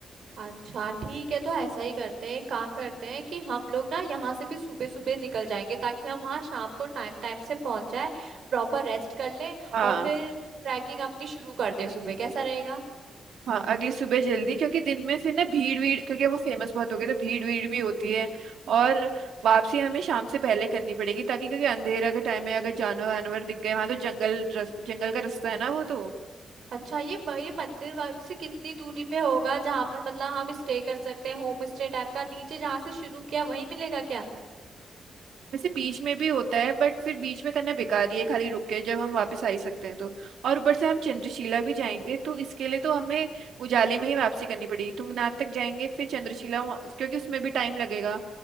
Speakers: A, on the right; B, on the right.
A: अच्छा ठीक है तो ऐसा ही करते हैं एक काम करते हैं कि हम लोग ना यहाँ से भी सुबह सुबह निकल जाएंगे ताकि हम वहाँ शाम को टाइम टाइम से पहुंच जाए प्रॉपर रेस्ट कर लें
B: हाँ
A: और फिर ट्रैकिंग अपनी शुरू कर दें सुबह कैसा रहेगा
B: हाँ अगली सुबह जल्दी क्योंकि दिन में फिर ना भीड़ भीड़ क्योंकि वो फेमस बहुत हो गए तो भीड़ भीड़ भी होती है और वापसी हमें शाम से पहले करनी पड़ेगी ताकि क्योंकि अंधेरा का टाइम है अगर जानवर वानवर दिख गए वहाँ तो जंगल रस, जंगल का रास्ता है ना वो तो
A: अच्छा ये म- ये मंदिर वाइब से कितनी दूरी पे होगा जहाँ पर मतलब हम स्टे कर सकते हैं होम स्टे टाइप का नीचे जहाँ से शुरू किया वहीं मिलेगा क्या
B: वैसे बीच में भी होता है बट फिर बीच में करना बेकार ही है खाली रुक के जब हम वापस आ ही सकते हैं तो और ऊपर से हम चंद्रशिला भी जाएंगे तो इसके लिए तो हमें उजाले में ही वापसी करनी पड़ेगी तुंगनाथ तक जाएंगे फिर चंद्रशिला वहाँ- क्योंकि उसमें भी टाइम लगेगा